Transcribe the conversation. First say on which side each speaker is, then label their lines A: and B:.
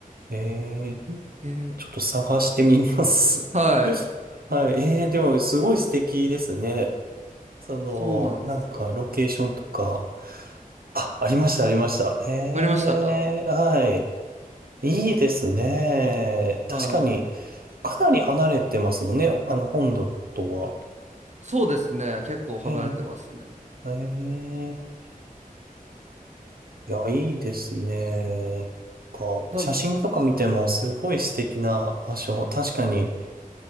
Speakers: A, on the right; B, on the right.
A: ええ
B: えー
A: ちょっと探してみます。
B: はい。
A: <laughs> はい。ええでも、すごい素敵ですね。その、
B: そうなんですよ。
A: なんか、ロケーションとか。あ、ありました、ありました。ええはい。
B: ありましたか
A: いいですね。
B: はい。
A: 確かに、かなり離れてますもんね。あの、本土とは。
B: そうですね。結構離れてますね。
A: ええええいや、いいですね。か、
B: なん
A: 写真とか見てもすごい素敵な場所。確かに、